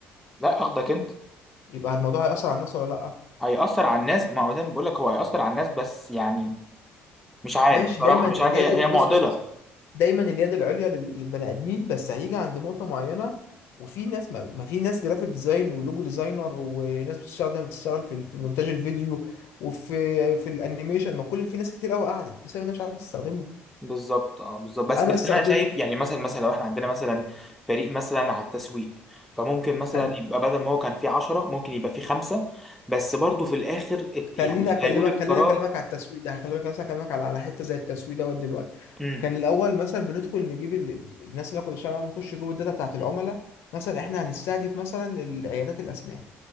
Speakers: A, in the centre; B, on the left.
A: لا اخدك انت
B: يبقى الموضوع هيأثر على الناس ولا لا
A: هيأثر على الناس ما هو زي ما بقول لك هو هيأثر على الناس بس يعني مش عارف
B: ماشي
A: صراحة
B: دايما اليد
A: مش عارف هي هي معضلة
B: بس بس بس دايما اليد العليا لل- للبني ادمين بس هيجي عند نقطه معينه وفي ناس ما, ما في ناس جرافيك ديزاين ولوجو ديزاينر وناس بتشتغل بتشتغل في ال- في مونتاج الفيديو وفي في الانيميشن ما كل في ناس كتير قوي قعدت بس انا مش عارف استخدمه
A: بالظبط اه بالظبط بس
B: انا
A: بس
B: استخدمته
A: انا شايف يعني مثلا مثلا لو احنا عندنا مثلا فريق مثلا على التسويق فممكن مثلا
B: حلو
A: يبقى بدل ما هو كان فيه 10 ممكن يبقى فيه خمسة بس برضه في الاخر ات-
B: خليني
A: يعني
B: اكلمك
A: هيقول القرار
B: خليني اكلمك على التسويق ده هكلمك مثلا اكلمك على على حته زي التسويق دوت دلوقتي
A: امم
B: كان الاول مثلا بندخل نجيب ال... ال- الناس اللي أنا كنت بشتغل معاهم يخشوا يجيبوا الداتا بتاعت العملاء مثلا احنا هنستهدف مثلا العيادات الاسنان